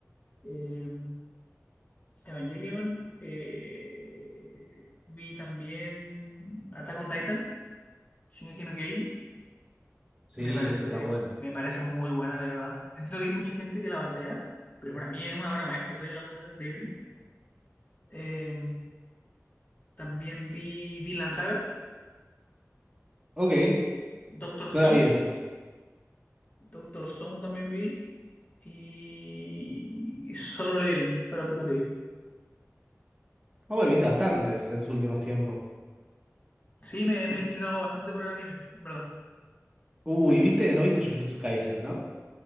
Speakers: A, on the left; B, on the right.
A: Eh, Evangelion, eh, vi también Attack on Titan, Shingeki no Kyojin.
B: Sí,
A: Me parece,
B: esa está buena.
A: me parece muy buena, de verdad. Entiendo que hay mucha gente que la bardea, pero para mí es una obra maestra, o sea, yo la encuentro increíble. Eh, también vi Vinland Saga,
B: Ok,
A: de Doctor Stone,
B: no la vi esa.
A: Doctor Stone también vi y Solo Leveling fue la última que vi.
B: Ah, bueno, viste bastantes en los últimos tiempos.
A: Sí, me, me he inclinado bastante por el anime, en verdad.
B: Uy,
A: Me-
B: ¿viste? No viste Jujutsu Kaisen, ¿no?